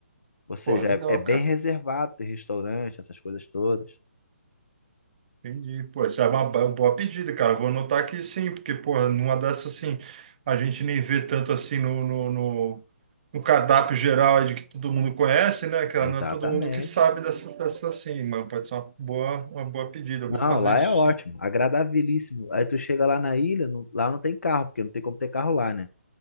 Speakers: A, on the left; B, on the right.
A: Ou seja,
B: Pô, legal,
A: é, é bem
B: cara.
A: reservado, tem restaurante, essas coisas todas.
B: Entendi. Pô, isso é uma ba- boa pedida, cara. Vou anotar aqui sim, porque, porra, numa dessas, assim, a gente nem vê tanto assim no, no, no, no cardápio geral aí de que todo mundo conhece, né, cara?
A: Exatamente.
B: Não é todo mundo que sabe dessas, dessas assim, mas pode ser uma boa, uma boa pedida. Eu
A: Não,
B: Vou fazer
A: lá
B: isso
A: é ótimo,
B: sim.
A: agradabilíssimo. Aí tu chega lá na ilha, não- lá não tem carro, porque não tem como ter carro lá, né?